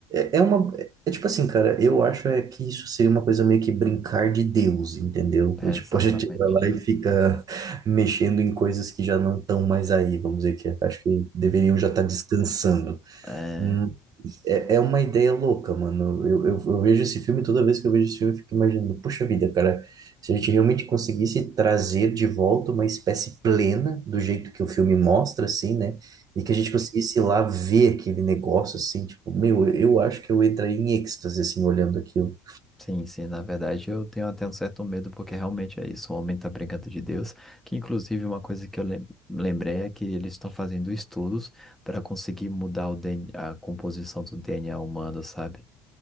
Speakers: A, on the right; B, in the centre.
A: é, é uma. É tipo assim, cara, eu acho é que isso seria uma coisa meio que brincar de Deus, entendeu?
B: É,
A: É tipo,
B: exatamente.
A: A gente pode tirar lá e fica mexendo em coisas que já não estão mais aí, vamos dizer que é. acho que deveriam já estar descansando.
B: É.
A: Hum, É, é uma ideia louca, mano. Eu, eu, eu vejo esse filme, toda vez que eu vejo esse filme, eu fico imaginando, puxa vida, cara, se a gente realmente conseguisse trazer de volta uma espécie plena do jeito que o filme mostra, assim, né? E que a gente conseguisse ir lá ver aquele negócio, assim, tipo, meu, eu acho que eu entraria em êxtase, assim, olhando aquilo.
B: Sim, sim, na verdade eu tenho até um certo medo, porque realmente é isso, o homem tá brincando de Deus, que inclusive uma coisa que eu lem- lembrei é que eles estão fazendo estudos para conseguir mudar o DNA, a a composição do DNA humano, sabe?